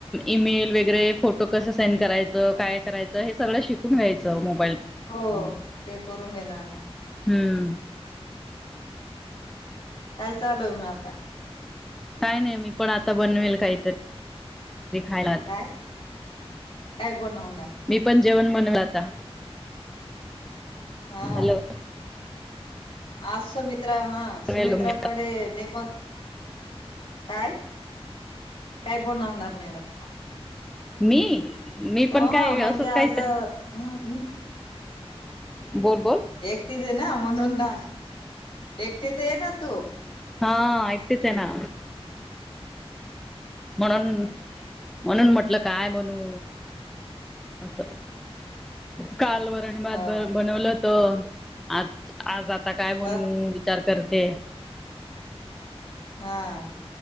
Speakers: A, in the centre; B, on the left.
A: ईमेल वगैरे फोटो कसं सेंड करायचं काय करायचं हे सगळं शिकून घ्यायचं मग
B: हो ते करून घेणार ना
A: हम्म
B: काय चालू आहे मग आता
A: काय नाही मी पण आता बनवेल काहीतरी खायला आता
B: काय काय बनवणार
A: मी पण जेवण बनवेल आता
B: हा
A: हॅलो
B: आज सुमित्रा हा सुमित्रा
A: वेलकम
B: कडे नेमत काय काय बनवणार मॅडम
A: मी मी
B: अ
A: पण काय
B: ह म्हणजे
A: असंच
B: आज
A: काही
B: हम्
A: बोल बोल
B: एकटीच आहे ना म्हणून ना एकटीच ये ना तू
A: हा एकऐटच आहे ना म्हणून म्हणून म्हटल काय म्हणू अस काल वरणभात
B: हा
A: बनवलं तर आज आज आता काय बनू
B: अ
A: विच विचार करते
B: हा